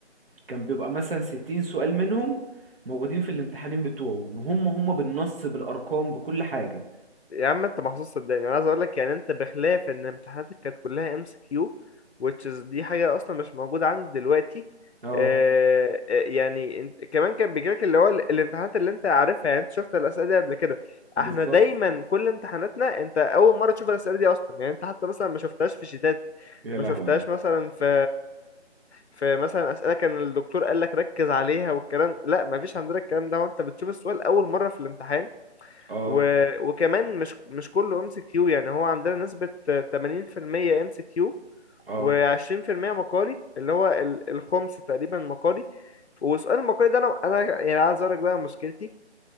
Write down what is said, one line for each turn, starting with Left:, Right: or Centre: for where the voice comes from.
Right: كان بيبقى مثلا 60 سؤال منهم موجودين في الامتحانين بتوعه وهم هم بالنص بالارقام بكل حاجة
Left: يا عم انت محظوظ صدقني انا عايز اقول لك يعني انت بخلاف ان امتحاناتك كانت كلها ام سي كيو which is دي حاجه اصلا مش موجوده عندي دلوقتي
Right: اه
Left: آه آه، يعني انت كمان كان بيجيلك اللي هو ال- الامتحانات اللي انت عارفها يعني انت شفت الاسئله دي قبل كده
Right: بالظبط
Left: احنا دايما كل امتحاناتنا انت اول مره تشوف الاسئله دي اصلا يعني انت حتى مثلا ما شفتهاش في شيتات
Right: يا
Left: ما
Right: لهوي
Left: شفتهاش مثلا في في مثلا اسئله كان الدكتور قال لك ركز عليها والكلام لا ما فيش عندنا الكلام ده وانت بتشوف السؤال اول مره في الامتحان
Right: اه
Left: و... وكمان مش مش كله ام سي كيو يعني هو عندنا نسبة 80% ام سي كيو
Right: اه
Left: و20% مقالي اللي هو ال- الخمس تقريبا مقالي وسؤال المقالي ده انا انا يعني عايز اقول لك بقى مشكلتي